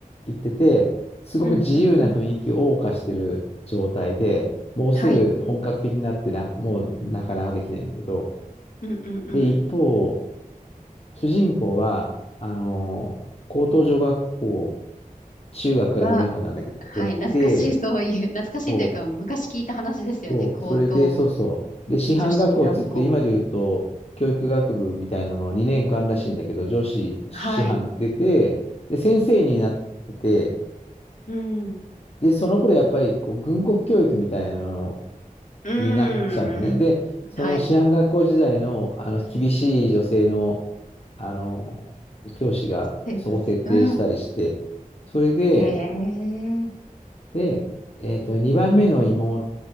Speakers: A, on the left; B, on the left.
A: 行ってて、すごく自由な雰囲気を謳歌してる状態で、
B: うんうん。
A: もうすぐ本格的になってな、
B: はい。
A: もうなかなかできないんだけど、
B: うんうんうん。
A: で、一方、主人公は、あの、高等女学校、中学から5年間なんだけど、
B: は、はい。
A: 出て、
B: 懐かしい、そういう、懐かしいというか、
A: そう
B: 昔聞いた話ですよね。
A: そう、
B: 高等
A: それで、そうそう。で、師範学校っつって、
B: 女子学校。
A: 今で言うと、教育学部みたいなの2年間らしいんだけど、女子師範出て、
B: はい。
A: で、先生になってて、
B: うん。
A: で、その頃やっぱりこう軍国教育みたいなの
B: うーん。
A: になっちゃうのね。で、その師範学校時代の、
B: はい。
A: あの厳しい女性の、あの、教師がそこ徹底したりして、
B: 生活。うん。
A: それで、
B: へえ。
A: で、えっと、2番目の妹